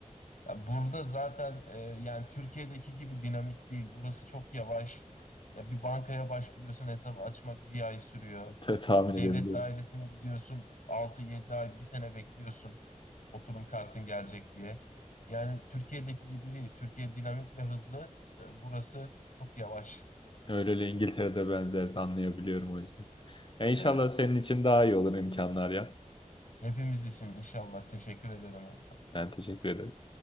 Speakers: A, on the left; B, on the left.
A: Ya burada zaten e, yani Türkiye'deki gibi dinamik değil. Burası çok yavaş. Ya bir bankaya başvuruyorsun hesap açmak bir ay sürüyor.
B: Ta- tahmin
A: Bir devlet
B: edebiliyorum.
A: dairesine gidiyorsun altı yedi ay bir sene bekliyorsun oturum kartın gelecek diye. Yani Türkiye'deki gibi değil. Türkiye dinamik ve hızlı. E, burası çok yavaş.
B: Öyle öyle İngiltere'de benzerdi anlayabiliyorum o yüzden. Ya inşallah
A: Evet.
B: senin için daha iyi olur imkanlar ya.
A: Hepimiz için inşallah. Teşekkür ederim Hamza.
B: Ben teşekkür ederim.